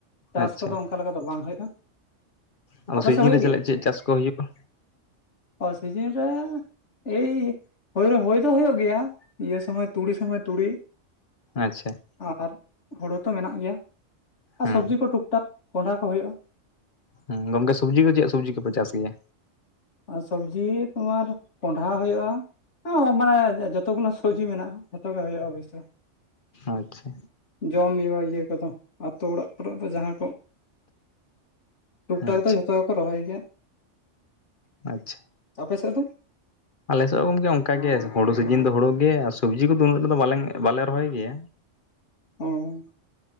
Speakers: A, on the left; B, on the left.
A: ᱪᱟᱥ
B: ᱟᱪᱪᱷᱟ
A: ᱠᱚᱫᱚ ᱚᱱᱠᱟ ᱞᱮᱠᱟ ᱫᱚ ᱵᱟᱝ ᱦᱩᱭᱩᱜᱼᱟ᱾
B: ᱟᱫᱚ
A: ᱟᱯᱮ
B: ᱥᱤᱡᱤᱱ
A: ᱥᱮᱫ ᱦᱩᱭᱩᱜ
B: ᱨᱮ ᱪᱮᱫ
A: ᱜᱮᱭᱟ?
B: ᱪᱮᱫ ᱪᱟᱥ ᱠᱚ ᱦᱩᱭᱩᱜᱼᱟ
A: ᱚ ᱥᱤᱡᱤᱱ ᱨᱮ ᱮᱭ ᱦᱳᱭ ᱨᱮ ᱦᱳᱭ ᱫᱚ ᱦᱩᱭᱩᱜ ᱜᱮᱭᱟ ᱤᱭᱟᱹ ᱥᱚᱢᱚᱭ ᱛᱩᱲᱤ ᱥᱚᱢᱚᱭ ᱛᱩᱲᱤ
B: ᱟᱪᱪᱷᱟ
A: ᱟᱨ ᱦᱳᱲᱩ ᱛᱚ ᱢᱮᱱᱟᱜ ᱜᱮᱭᱟ ᱟᱨ
B: ᱦᱮᱸ
A: ᱥᱚᱵᱽᱡᱤ ᱠᱚ ᱴᱩᱠᱴᱟᱠ ᱠᱚᱸᱰᱷᱟ ᱠᱚ ᱦᱩᱭᱩᱜᱼᱟ᱾
B: ᱦᱩᱸ ᱜᱚᱝᱠᱮ ᱥᱚᱵᱽᱡᱤ ᱠᱚ ᱪᱮᱫ ᱥᱚᱵᱽᱡᱤ ᱠᱚ ᱯᱮ ᱪᱟᱥ ᱜᱮᱭᱟ?
A: ᱟᱨ ᱥᱚᱵᱽᱡᱤ ᱛᱩᱢᱟᱨ ᱠᱚᱸᱰᱷᱟ ᱦᱩᱭᱩᱜᱼᱟ ᱟ ᱢᱟᱱᱮ ᱡᱚᱛᱚ ᱜᱩᱞᱟ ᱥᱚᱵᱽᱡᱤ ᱢᱮᱱᱟᱜᱼᱟ ᱡᱚᱛᱚ ᱜᱮ ᱦᱩᱭᱩᱜᱼᱟ ᱚᱵᱚᱥᱥᱳᱭ᱾
B: ᱟᱪᱪᱷᱟ
A: ᱡᱚᱢᱧᱣᱟᱜ ᱤᱭᱟᱹ ᱠᱚᱫᱚ ᱟᱛᱳ ᱚᱲᱟᱜ ᱠᱚᱨᱮ ᱫᱚ ᱡᱟᱦᱟᱸ ᱠᱚ ᱴᱩᱠ ᱴᱟᱠ
B: ᱟᱪᱪᱷᱟ
A: ᱫᱚ ᱡᱷᱚᱛᱚ ᱜᱮᱠᱚ ᱨᱚᱦᱚᱭ ᱜᱮᱭᱟ᱾
B: ᱟᱪᱪᱷᱟ
A: ᱟᱯᱮ ᱥᱮᱫ ᱫᱚ?
B: ᱟᱞᱮ ᱥᱮᱫ ᱦᱚᱸ ᱜᱚᱢᱠᱮ ᱚᱱᱠᱟ ᱜᱮ ᱦᱩᱲᱩ ᱥᱤᱡᱤᱱ ᱫᱚ ᱦᱩᱲᱩ ᱜᱮ ᱟᱨ ᱥᱚᱵᱽᱡᱤ ᱠᱚᱫᱚ ᱩᱱᱟᱹᱜ ᱫᱚᱞ ᱵᱟᱞᱮ ᱨᱚᱦᱚᱭ ᱜᱮᱭᱟ᱾
A: ᱚ